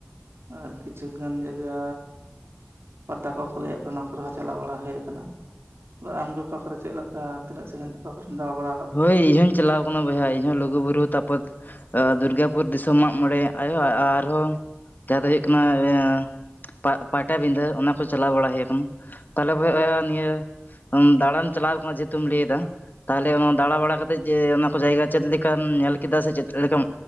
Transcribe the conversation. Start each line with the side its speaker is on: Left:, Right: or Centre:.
Right: ᱟᱨ ᱠᱤᱪᱷᱩᱼᱼ ᱜᱟᱱ ᱡᱟᱭᱜᱟ ᱯᱟᱛᱟ ᱠᱚᱠᱚ ᱞᱟᱹᱭᱮᱫ ᱠᱟᱱᱟ ᱚᱱᱟ ᱠᱚᱨᱮ ᱦᱚᱸ ᱪᱟᱞᱟᱣ ᱵᱟᱲᱟ ᱦᱩᱭ ᱠᱟᱱᱟ᱾ ᱟᱫᱚ ᱟᱢᱜᱮ ᱚᱠᱟ ᱠᱚᱨᱮ ᱪᱮᱫ ᱞᱮᱠᱟ ᱛᱤᱱᱟᱹᱜ ᱥᱟᱺᱜᱤᱧ ᱚᱠᱟ ᱠᱚᱨᱮᱢ ᱫᱟᱲᱟ ᱵᱟᱲᱟᱼᱼ
Left: ᱦᱳᱭ ᱤᱧ ᱦᱚ ᱦᱩᱧ ᱪᱟᱞᱟᱣᱼᱼ ᱠᱚᱱᱳ ᱵᱚᱭᱦᱟ ᱤᱧᱦᱚᱸ ᱞᱩᱜᱩ ᱵᱩᱨᱩ ᱛᱟᱨᱯᱚᱨ ᱫᱩᱨᱜᱟᱯᱩᱨ ᱫᱤᱥᱚᱢ ᱢᱟᱜ ᱢᱚᱬᱮ ᱟᱭᱚ ᱟᱨᱦᱚᱸᱼᱼ ᱡᱟᱦᱟᱸ ᱫᱚ ᱦᱩᱭᱩᱜ ᱠᱟᱱᱟ <unintelligible> ᱯᱟ ᱯᱟᱴᱟ ᱵᱤᱸᱫᱷᱟᱹ ᱚᱱᱟ ᱠᱚ ᱪᱟᱞᱟᱣ ᱵᱟᱲᱟ ᱦᱩᱭ ᱟᱠᱟᱱᱟ ᱛᱟᱦᱚᱞᱮ <unintelligible> ᱱᱤᱭᱟᱹᱼᱼ ᱫᱟᱬᱟᱱ ᱪᱟᱞᱟᱣ ᱟᱠᱟᱱᱟ ᱡᱮᱦᱮᱛᱩᱢ ᱞᱟᱹᱭᱮ ᱫᱟ ᱛᱟᱦᱚᱞᱮ ᱚᱱᱼᱼ ᱫᱟᱬᱟ ᱵᱟᱲᱟ ᱠᱟᱛᱮᱫ ᱡᱮ ᱚᱱᱟ ᱠᱚ ᱡᱟᱭᱜᱟ ᱪᱮᱫ ᱞᱮᱠᱟᱢ ᱧᱮᱞ ᱠᱮᱫᱟ ᱥᱮ ᱪᱮᱫ ᱞᱮᱠᱟᱢ